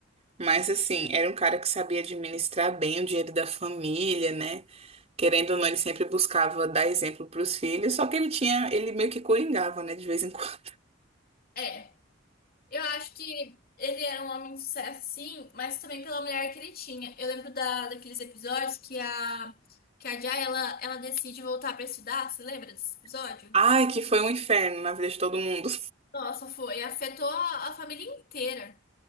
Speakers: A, on the right; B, on the left.
A: Mas assim, era um cara que sabia administrar bem o dinheiro da família, né? Querendo ou não, ele sempre buscava dar exemplo para os filhos, só que ele tinha, ele meio que coringava, né, de vez em quando.
B: É, eu acho que ele era um homem de sucesso, sim, mas também pela mulher que ele tinha. Eu lembro da, daqueles episódios que a, que a Jay, ela, ela decide voltar pra estudar. Você lembra desse episódio?
A: <laughs> Ai, que foi um inferno na vida de todo mundo.
B: Nossa, foi. Afetou a a família inteira.